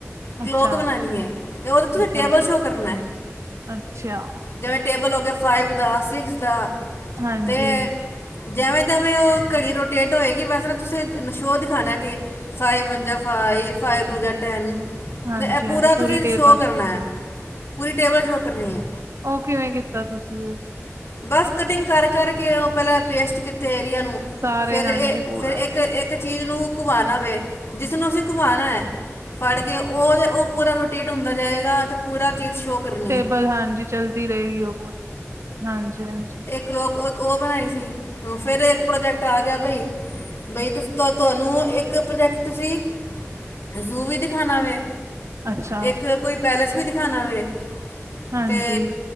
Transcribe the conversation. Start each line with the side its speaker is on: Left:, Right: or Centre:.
Left: ਕਲੋਕ
Right: ਅੱਛਾ
Left: ਬਣਾਣੀ ੲੈ, ਤੇ ਓਦੇ ਤੇ ਤੁਸੀਂ
Right: ਅੱਛਾ
Left: ਟੇਬਲ
Right: ਅੱਛਾ
Left: ਸ਼ੋਅ ਕਰਨਾ
Right: ਅੱਛਾ।
Left: ਜੇਵੇ ਟੇਬਲ ਹੋ ਗੇਆ ਫਾਈਵ ਦਾ ਸਿਕਸ ਦਾ,
Right: ਹਾਂਜੀ
Left: ਤੇ ਜੈਵੇ-ਜੈਵੇ ਓ ਘੜੀ ਰੋਟੇਟ ਹੋਏਗੀ ਵੈਸੇ ਤਾਂ ਤੁਸੀ ਨਸ਼ੋਅ ਦਿਖਾਣਾ ਕਿ ਫਾਈਵ ਵਨ ਜਾਂ ਫਾਈਵ, ਫਾਈਵ ਟੂ ਜਾਂ ਟੈਨ
Right: ਹਾਂਜੀ
Left: ਮਤਬ ੲੈ ਪੂਰਾ
Right: ਹਾਂਜੀ
Left: ਤੁਸੀਂ
Right: ਪੂਰੀ ਟੇਬਲ
Left: ਸ਼ੋ ਕਰਨੈ, ਪੂਰੀ ਟੇਬਲ ਸ਼ੋ ਕਰਨੀ ੲੈ
Right: ਓ ਕਿਵੇਂ ਕੀਤਾ ਤੁਸੀਂ ਫੇਰ
Left: ਬੱਸ ਕਟਿੰਗ ਕੱਰ-ਕੱਰ ਕੇ ਓ ਪੈਲਾ ਪੇਸਟ ਕੀਤੇ ਏਰੀਆ ਨੂੰ
Right: ਸਾਰੇ
Left: ਫੇਰ
Right: ਹਾਂਜੀ
Left: ਏ
Right: ਪੂਰਾ
Left: ਫੇਰ ਏਕ ਏ ਕ ਚੀਜ਼ ਨੂੰ ਘੁਮਾਣਾ ਵੇ, ਜਿਸਨੂੰ ਅਸੀਂ ਘੁਮਾਣੈ ਫੜ ਕੇ ਓ ਤੇ ਓ ਪੂਰਾ ਰੋਟੇ ਹੁੰਦਾ ਜਾਏਗਾ ਤੇ ਪੂਰਾ ਚੀਜ਼ ਸ਼ੋ ਕਰਨੀ
Right: ਟੇਬਲ
Left: ਹੈ
Right: ਹਾਂਜੀ ਚਲਦੀ ਰੇਗੀ ਓਹੋ, <unintelligible> ਹਾਂਜੀ-ਹਾਂਜੀ
Left: ਕਲੋਕ ਓ-ਓ ਬਣਾਈ ਸੀ, ਅ ਫੇਰ ਏਕ ਪ੍ਰੋਜੈਕਟ ਆ ਗੇਆ ਬਈ ਬਈ ਤੁਸੀਂ ਤਾਂ ਤਵਾਨੂੰ ਏਕ ਪ੍ਰਜੈਕਟ ਤੁਸੀਂ, ਜ਼ੂ ਵੀ ਦਿਖਾਣਾ ਵੇ
Right: ਅੱਛਾ
Left: ਏਕ ਕੋਈ ਪੈਲੇਸ ਵੀ ਦਿਖਾਣਾ ਵੇ,
Right: ਹਾਂਜੀ
Left: ਤੇ